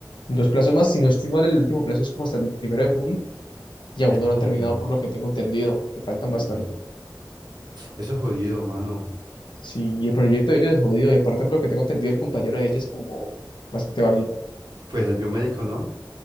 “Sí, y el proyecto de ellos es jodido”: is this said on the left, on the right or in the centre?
Left